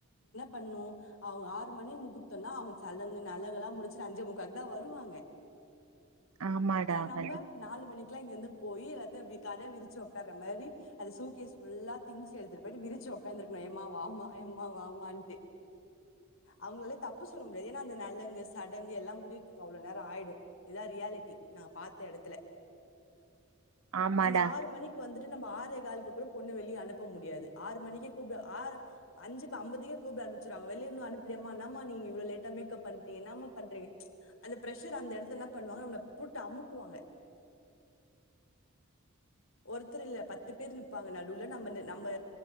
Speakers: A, on the left (about 65°); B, on the right (about 85°).
A: பண்ணும் அவங்க ஆறு மணி முகூ்த்தம்னா அவங்க சலங்கு நலங்குல்லாம் முடிச்சுட்டு அஞ்சு முக்காவுக்கு தான் வருவாங்க
B: ஆமாடா
A: ஆனா நம்ம
B: கண்டிப்
A: நாலு மணிக்கு லாம் இங்கிருந்து போயீ அத கதை விரிச்சு உக்கார்ற மாரி அது சூக்கியஸ் ஃபுல்லா திங்ஸ் எடுத்துட்டு போயிட்டு விரிச்சு உடக்காந்துருக்கணும் ஏமா வாம ஏமா வாமான்ட்டு அவங்களாலே தப்பு சொல்ல முடியாதுன்னா அந்த நல்லங்கு சடங்கு எல்லாம் முடியறதுக்கு அவ்வளவு நேரம் ஆயிடும் இதுதான் ரியாலிட்டி நாங்க பாார்த்த எடத்துல
B: ஆமாடா
A: அந்த ஆறு மணிக்கு வந்துட்டு நம்ம ஆற பொண்ண வெளிய அனுப்ப முடியாது ஆறு மணிக்கு ஆ அஞ்சு அம்பதுகே கூப்ட ஆர்மிச்சுருவாங்க வெளிய இன்னும் அனுப்பலயமா என்ன மா நீங்க இவளோ லேட்டா மேக்கப் பண்றீங்க என்ன மா பண்றீங்க அந்த பிரசர் அந்த எடத்துல என்ன பண்ணுவாங்க நம்மள போட்டு அமுக்குவாங்க ஒருத்தர் இல்ல பத் து பேர் நிப்பாங்க நடுவுல நம்ம